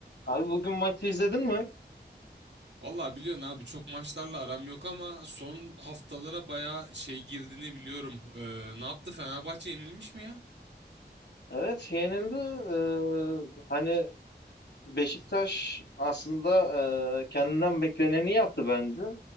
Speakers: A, on the left (about 75°); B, on the right (about 90°).
A: Abi bugün maçı izledin mi?
B: Vallahi biliyorsun abi çok maçlarla aram yok ama son haftalara bayağı şey girdiğini biliyorum. Ee, ne yaptı Fenerbahçe yenilmiş mi ya?
A: Evet şey yenildi. Ee, hani Beşiktaş aslında e, kendinden bekleneni yaptı bence.